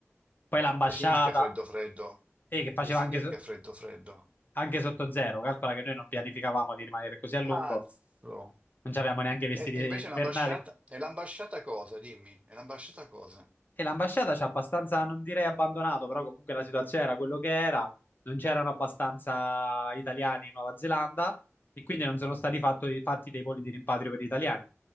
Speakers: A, on the left (about 40°); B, on the right (about 25°).
A: Poi l'ambasciata,
B: Che significa freddo freddo?
A: eh, che faceva
B: Che significa
A: anche, so-
B: freddo freddo?
A: anche sotto zero, calcola che noi non pianificavamo di rimanere così a lungo
B: Cazzo!
A: non avevamo neanche i vestiti
B: E, e invece
A: invernali.
B: l'ambasciata... E l'ambasciata cosa? Dimmi, e l'ambasciata cosa?
A: E l'ambasciata ci ha abbastanza, non direi abbandonato, però comunque la situazione era quello che era. Non c'erano abbastanza italiani in Nuova Zelanda e quindi non sono stati fatto- fatti dei voli di rimpatrio per gli italiani.